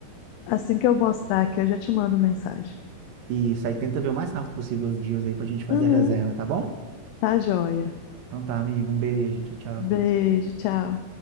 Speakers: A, on the left; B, on the right.
A: assim que eu mostrar aqui, eu já te mando mensagem.
B: Isso aí, tenta ver o mais rápido possível os dias aí pra gente fazer
A: Uhum.
B: a reserva, tá bom?
A: Tá joia.
B: Então tá, amigo, um beijo, tchau, tchau.
A: Beijo, tchau.